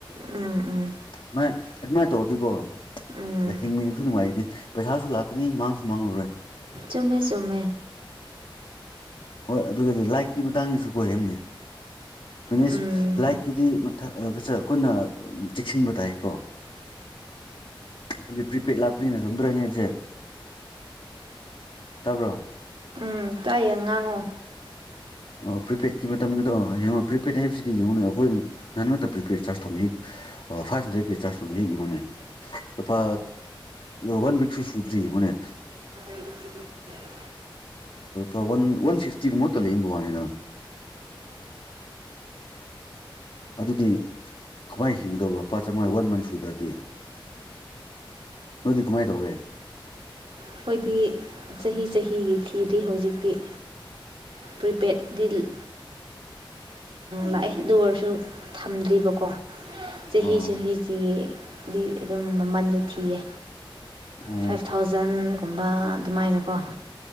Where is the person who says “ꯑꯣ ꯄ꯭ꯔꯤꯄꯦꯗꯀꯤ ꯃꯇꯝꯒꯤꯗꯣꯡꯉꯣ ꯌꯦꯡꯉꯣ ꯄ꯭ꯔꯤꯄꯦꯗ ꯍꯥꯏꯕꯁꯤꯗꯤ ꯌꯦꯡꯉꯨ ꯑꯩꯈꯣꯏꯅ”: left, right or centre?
Left